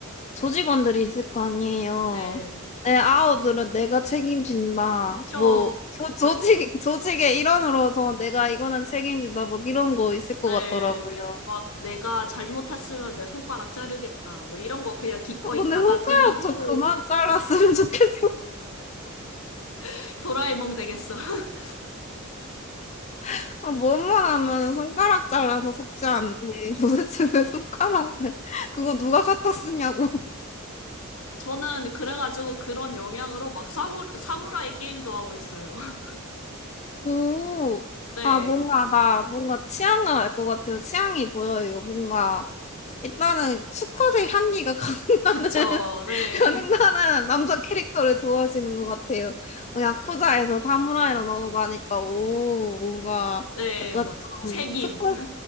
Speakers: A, on the left; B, on the left.
A: 조직원들이 있을 거 아니에요.
B: 네,
A: 내 아우들은 내가 책임진다.
B: 그쵸,
A: 뭐 조,
B: 그쵸.
A: 조직 조직의 일원으로서 내가 이거는 책임진다. 뭐 이런 거 있을 것
B: 네,
A: 같더라고요.
B: 네, 막 내가 잘못했으면 내 손가락 자르겠다. 뭐 이런 거 그냥 기꺼이
A: 아, 근데
B: 받아들이고
A: 손가락 좀 그만 잘랐으면 좋겠어.
B: <laughs> 도라에몽 되겠어. <laughs>
A: <laughs> 아, 뭐만 하면은 손가락 잘라서 속지 않네. <laughs> 도대체 왜 손가락을 그거 누가 갖다 쓰냐고.
B: 저는 그래가지고 그런 영향으로 막 사무, 사무라이 게임도 하고 있어요. <laughs>
A: 오,
B: 네,
A: 아, 뭔가, 나, 뭔가 취향을 알 것 같아요. 취향이 보여요. 뭔가, 일단은 수컷의 향기가 <laughs>
B: 그쵸, 네,
A: 가능한 남자 캐릭터를 좋아하시는 것 같아요. 어, 야쿠자에서 사무라이로 넘어가니까, 오, 뭔가,
B: 네,
A: 약간
B: 막 책임.
A: 좀, 수컷,